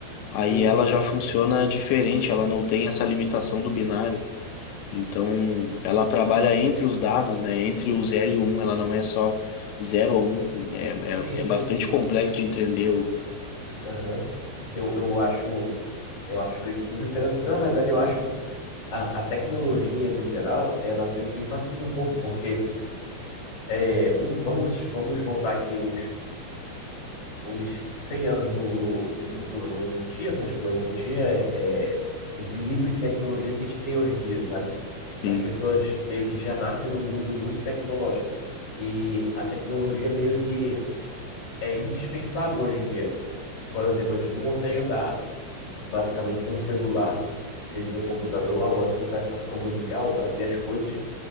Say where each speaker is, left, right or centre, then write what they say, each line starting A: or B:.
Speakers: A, on the left; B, on the left.
A: Aí
B: Sim, sim.
A: ela já funciona diferente, ela não tem essa limitação do binário. Então, ela trabalha entre os dados, né? Entre o zero e o 1, ela não é só zero ou um É,
B: Sim, sim,
A: é, é bastante
B: sim.
A: complexo de entender. o-
B: Aham. Eu, eu acho, eu acho isso muito interessante. Na verdade, eu acho a, a tecnologia, no geral, ela meio que me fascina um pouco, porque é, vamos, vamos, vamos voltar aqui uns, uns 100 anos no, no, no futuro. Não, tinha essas coisas, não tinha é, esse nível de tecnologia que a gente tem hoje em dia, sabe?
A: Sim.
B: as pessoas meio que já nascem num mundo muito tecnológico. E a tecnologia meio que é indispensável hoje em dia. Por exemplo, a gente não consegue andar basicamente sem um celular, sem ter um computador, algo assim, sabe, para se comunicar ou para ter as coisas.